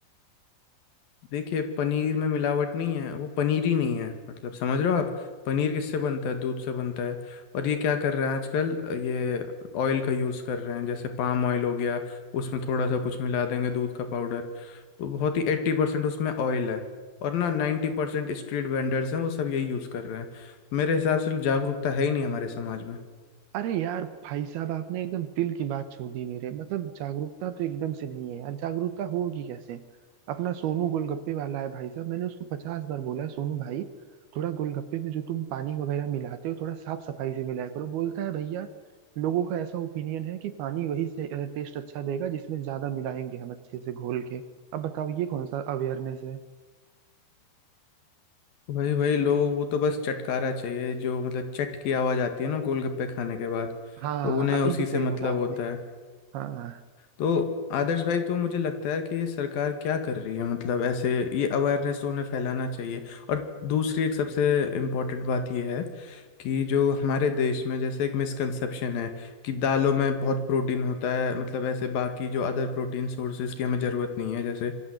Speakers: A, on the left; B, on the right.
A: देखिए पनीर में मिलावट नहीं है वो पनीर ही नहीं है मतलब समझ रहे हो आप पनीर किससे बनता है दूध से बनता है और ये क्या कर रहे हैं आजकल ये ऑयल का यूज़ कर रहे हैं जैसे पाम ऑयल हो गया उसमें थोड़ा सा कुछ मिला देंगे दूध का पाउडर तो बहुत ही एट्टी परसेंट उसमें ऑयल है और ना नाइन्टी परसेंट स्ट्रीट वेंडर्स हैं वो सब यही यूज़ कर रहे हैं मेरे हिसाब से जागरूकता है ही नहीं हमारे समाज में
B: अरे यार भाई साहब आपने एकदम दिल की बात छू दी मेरे मतलब जागरूकता तो एकदम से नहीं है यार जागरूकता होगी कैसे अपना सोनू गोलगप्पे वाला है भाई साहब मैंने उसको पचास बार बोला है सोनू भाई थोड़ा गोलगप्पे में जो तुम पानी वगैरह मिलाते हो थोड़ा साफ सफाई से मिलाया करो बोलता है भैया लोगों का ऐसा ओपिनियन है कि पानी वही से टेस्ट अच्छा देगा जिसमें ज्यादा मिलाएंगे हम अच्छे से घोल के अब बताओ ये कौन सा अवेयरनेस है
A: वही वही लोगों को तो बस चटकारा चाहिए जो मतलब चट की आवाज़ आती है ना गोलगप्पे खाने के बाद
B: हाँ
A: तो उन्हें
B: अभी
A: उसी
B: को सही
A: से मतलब
B: बोला आपने
A: होता है
B: हाँ
A: तो आदर्श भाई तो मुझे लगता है कि ये सरकार क्या कर रही है मतलब ऐसे ये अवेयरनेस तो उन्हें फैलाना चाहिए और दूसरी एक सबसे इम्पोर्टेंट बात ये है कि जो हमारे देश में जैसे एक मिसकंसेप्शन है कि दालों में बहुत प्रोटीन होता है मतलब ऐसे बाकी जो अदर प्रोटीन सोर्सेज की हमें ज़रूरत नहीं है जैसे